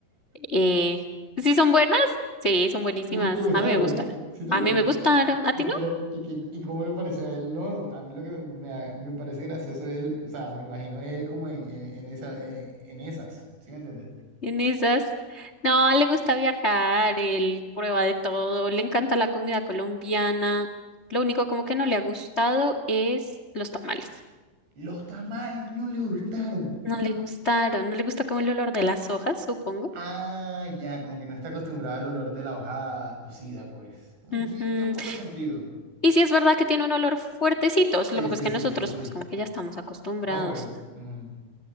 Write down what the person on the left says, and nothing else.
Eh, ¿sí son buenas? Sí, son buenísimas.
A mí me gustaron.
A
mí me gustaron. ¿A
ti no?
En esas, no, le gusta viajar, él prueba de todo, le encanta la comida colombiana. Lo único como que no le ha gustado es los tamales.
No le gustaron, no le gusta como el olor de las hojas, supongo.
Ujú.
Y sí es verdad que tiene un olor fuertecito, lo que
pasa
es que
nosotros
pues como que ya estamos acostumbrados.